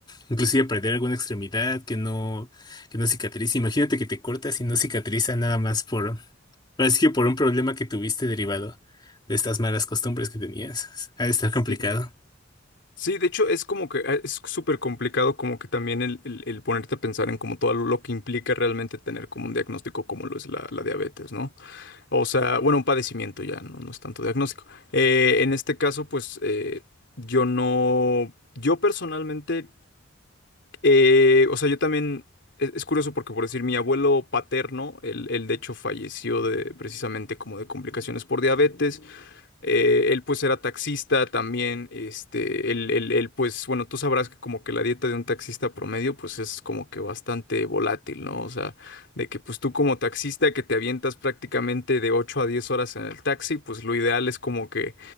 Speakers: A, on the left; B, on the left.
A: inclusive perder alguna extremidad que no, que no cicatriza. Imagínate que te cortas y no cicatriza nada más por, parece que por un problema que tuviste derivado de estas malas costumbres que tenías. Ha de estar
B: Sí.
A: complicado.
B: Sí, de hecho es como que eh, es súper complicado como que también el, el- el ponerte a pensar en como todo lo lo que implica realmente tener como un diagnóstico como lo es la, la diabetes, ¿no? O sea, bueno, un padecimiento ya, no, no es tanto diagnóstico. Eh, en este caso, pues eh, yo no, yo personalmente, eh, o sea, yo también, es, es curioso porque por decir, mi abuelo paterno, él, él de hecho falleció de precisamente como de complicaciones por diabetes. Eh, él pues era taxista también, este, él, él- él, pues, bueno, tú sabrás que como que la dieta de un taxista promedio pues es como que bastante volátil, ¿no? O sea, de que pues tú como taxista que te avientas prácticamente de 8 a 10 horas en el taxi, pues lo ideal es como que,